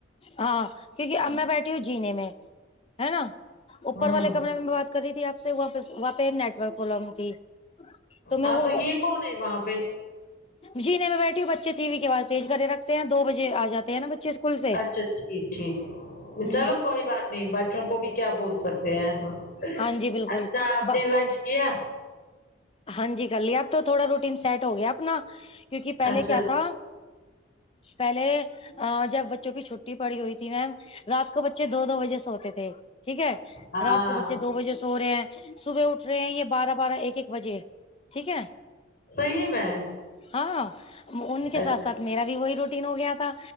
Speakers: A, on the left (about 30°); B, on the left (about 50°).
A: ہاں کیونکہ ا میں بیٹھی ہوں جینے میں ہے نا
B: ہوں
A: اوپر والے کمرے میں بات کر رہی تھی آپ سے وہاں پ وہاں پہ نیٹورک پرابلم تھی تو میں
B: ہاں
A: وہ
B: یہ
A: وہ
B: کون ہے وہاں پہ
A: جینے میں بیٹھی ہوں بچے ٹی وی کی اواز تیز کرے رکھتے ہیں دو بجے آ جاتے ہیں نا بچے اسکول سے
B: اچھا ٹھیک ٹھیک
A: ہوں
B: چلو
A: ہوں
B: کوئی بات نہیں بچوں کو بھی کیا بول سکتے ہیں ہاں
A: ہاں جی بالکل
B: اچھا آپ
A: ب-
B: نے لنچ کیا
A: ہاں جی کرلی آپ تو تھوڑا روٹیین سیٹ ہو گیا آپنا کیونکہ پہلے
B: اچھا
A: کیا تھا پہلے جب بچوں کی چھٹی پڑی ہوئی تھی میم رات کو بچے دو دو بجے سوتے تھے ٹھیک ہے
B: ہاں
A: رات کو بچے دو بجے سو رہے ہیں صبح اٹھ رہے ہیں یہ بارہ بارہ ایک ایک بجے ٹھیک ہے
B: صحیح میں
A: ہاں ان کے ساتھ
B: اچھا
A: ساتھ میرا بھی وہی روٹین ہو گیا تھا